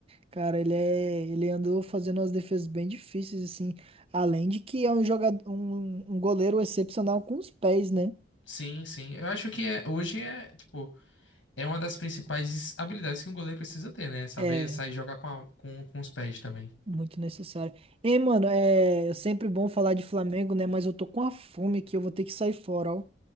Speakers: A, on the right; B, on the left.
A: cara, ele é, ele andou fazendo umas defesas bem difíceis assim, além de que é um jogador, um, um goleiro excepcional com os pés, né?
B: Sim, sim. Eu acho que é, hoje é, tipo, é uma das principais habilidades que um goleiro precisa ter, né? Saber
A: É,
B: sair e jogar com, a- com, com os pés também.
A: muito necessário. Ei, mano, é é sempre bom falar de Flamengo, né? Mas eu tô com a fome aqui, eu vou ter que sair fora, ó.